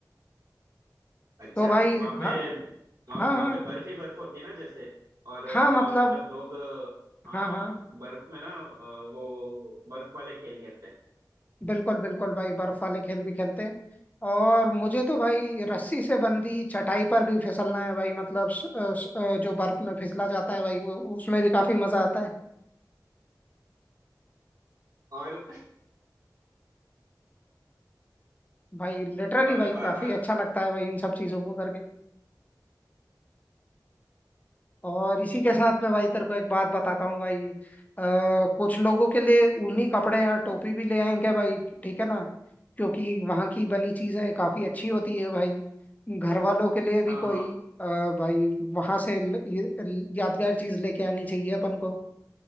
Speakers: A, on the right; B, on the left.
A: अच्छा
B: तो भाई
A: वहाँ पे
B: हाँ
A: वहाँ
B: हाँ
A: वहाँ
B: हाँ
A: पे बर्फ ही बर्फ होती है ना जैसे और
B: हाँ
A: वहाँ
B: मतलब
A: मतलब लोग अ, हाँ
B: हाँ हाँ
A: बर्फ में ना अ, वो बर्फ वाले खेल खेलते हैं
B: बिल्कुल बिल्कुल भाई बर्फ वाले खेल भी खेलते हैं और मुझे तो भाई रस्सी से बंधी चटाई पर भी फिसलना है भाई मतलब स- अ, स- अ, जो बर्फ में फिसला जाता है भाई वो उसमें भी काफी मजा आता है
A: और
B: भाई लिटरली
A: और,
B: भाई
A: और,
B: काफी
A: और
B: अच्छा लगता है भाई इन सब चीजों को करके और इसी के साथ में भाई तेरे को एक बात बताता हूँ भाई आ, कुछ लोगों के लिए ऊनी कपड़े या टोपी भी ले आएंगे भाई ठीक है ना क्योंकि वहाँ की बनी चीजें काफी अच्छी होती है भाई घर वालों के लिए भी
A: हाँ
B: कोई
A: हाँ
B: आ, भाई वहां से ल- ये- यादगार चीज लेके आनी चाहिए अपन को